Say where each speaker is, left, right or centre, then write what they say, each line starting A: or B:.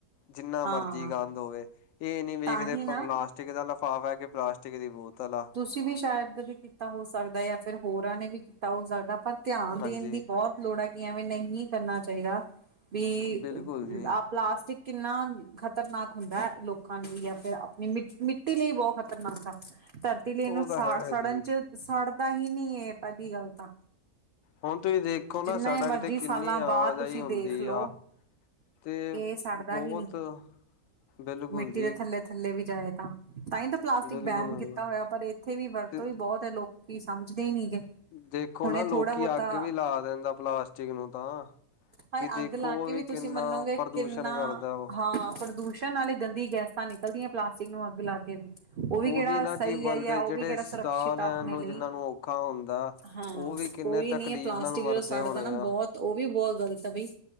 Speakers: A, on the left (about 70°); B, on the right (about 55°).
A: ਜਿੰਨਾ
B: ਹਾਂ
A: ਮਰਜ਼ੀ ਗੰਦ ਹੋਵੇ ਏ ਨੀਂ ਵੇਖਦੇ
B: ਤਾਂ ਹੀ ਨਾ
A: ਪਲਾਸਟਿਕ ਦਾ ਲਫਾਫਾ, ਪਲਾਸਟਿਕ ਦੀ ਬੋਤਲ ਆ।
B: ਤੁਸੀਂ ਵੀ ਸ਼ਾਇਦ ਕਦੇ ਕੀਤਾ ਹੋ ਸਕਦਾ ਜਾ ਫਿਰ ਹੋਰਾਂ ਨੇ ਵੀ ਕੀਤਾ ਹੋ ਸਕਦਾ ਪਰ ਧਿਆਨ
A: ਹਾਂਜੀ
B: ਦੇਣ ਦੀ ਬੌਤ ਲੋੜਾਂ ਕਿ ਐਵੇਂ ਨਹੀਂ ਕਰਨਾ ਚਾਹੀਦਾ ਵੀ
A: ਬਿਲਕੁਲ ਜੀ
B: ਆ ਪਲਾਸਟਿਕ ਕਿੰਨਾ ਖ਼ਤਰਨਾਕ ਹੁੰਦਾ ਲੋਕਾਂ ਲਈ ਜਾਂ ਫਿਰ ਆਪਣੀ ਮਿੱ ਮਿੱਟੀ ਲਈ ਬੌਹਤ ਖ਼ਤਰਨਾਕ ਆ ਧਰਤੀ ਲਈ ਇਨੂੰ
A: ਉਹ ਤਾਂ
B: ਸਾੜ
A: ਹੈ
B: ਸੜਨ
A: ਜੀ
B: 'ਚ ਸੜਦਾ ਹੀ ਨਹੀਂ ਇਹ ਪਹਿਲੀ ਗੱਲ ਤਾਂ,
A: ਹੁਣ ਤੁਸੀਂ ਦੇਖੋ
B: ਜਿੰਨਾ
A: ਨਾ ਸੜਕ
B: ਇਹ ਮਰਜ਼ੀ
A: ਤੇ ਕਿੰਨੀ
B: ਸਾਲਾਂ ਬਾਅਦ
A: ਆਵਾਜਾਈ
B: ਤੁਸੀਂ
A: ਹੁੰਦੀ
B: ਦੇਖ ਲਓ
A: ਆ। ਤੇ
B: ਇਹ ਸੜਦਾ
A: ਬਹੁਤ
B: ਹੀ ਨਹੀਂ
A: ਬਿਲਕੁਲ
B: ਮਿੱਟੀ
A: ਜੀ।
B: ਦੇ ਥੱਲੇ ਥੱਲੇ ਵੀ ਜਾਏ ਤਾਂ, ਤਾਂ ਹੀ ਤਾਂ ਪਲਾਸਟਿਕ
A: ਬਿਲਕੁਲ
B: ਬੈਨ
A: ਹ
B: ਕੀਤਾ ਹੋਇਆ ਪਰ ਇੱਥੇ ਵੀ ਵਰਤੋਂ
A: ਤੇ
B: ਵੀ ਬਹੁਤ ਐ ਲੋਕੀ ਸਮਝਦੇ ਨੀਂ ਗੇ।
A: ਦੇਖੋ
B: ਹੁਣੇ
A: ਨਾ ਲੋਕੀ
B: ਥੋੜਾ ਬਹੁਤਾ
A: ਅੱਗ ਵੀ ਲਾ ਦਿੰਦਾ ਪਲਾਸਟਿਕ ਨੂੰ ਤਾਂ,
B: ਹਾਏ
A: ਕਿ ਦੇਖੋ
B: ਅੱਗ ਲਾ ਕੇ
A: ਵੀ
B: ਤੁਸੀਂ
A: ਕਿੰਨਾ
B: ਮੰਨੋਗੇ
A: ਪ੍ਰਦੂਸ਼ਣ
B: ਕਿੰਨਾ
A: ਕਰਦਾ ਵਾਂ।
B: ਹਾਂ ਪ੍ਰਦੂਸ਼ਣ ਨਾਲੇ ਗੰਦੀ ਗੈਸਾਂ ਨਿਕਲਦੀਆਂ ਪਲਾਸਟਿਕ ਨੂੰ ਅੱਗ ਲਾ ਕੇ ਕੇ ਉਹ ਵੀ
A: ਉਹੀ
B: ਕਿਹੜਾ
A: ਨਾ ਕਿ
B: ਸਹੀ
A: ਬੰਦੇ
B: ਐ ਜਾਂ ਉਹ
A: ਜਿਹੜੇ
B: ਵੀ ਕਿਹੜਾ
A: ਸਾਹ
B: ਸੁਰਖਸਿਤ
A: ਲੈਣ
B: ਆ ਆਪਣੇ
A: ਨੂੰ
B: ਲਈ,
A: ਜਿਹਨਾਂ ਨੂੰ ਔਖਾ ਹੁੰਦਾ
B: ਹਾਂ
A: ਉਹ ਵੀ ਕਿੰਨੇ
B: ਕੋਈ
A: ਤਕਲੀਫ਼
B: ਨੀ ਐ ਪਲਾਸਟਿਕ
A: ਨਾਲ ਮਰਦੇ
B: ਸੜਦਾ
A: ਹੋਣੇ
B: ਨਾ
A: ਆ
B: ਬਹੁਤ ਤੇ ਉਹ ਵੀ ਬਹੁਤ ਗ਼ਲਤ ਆ ਬਈ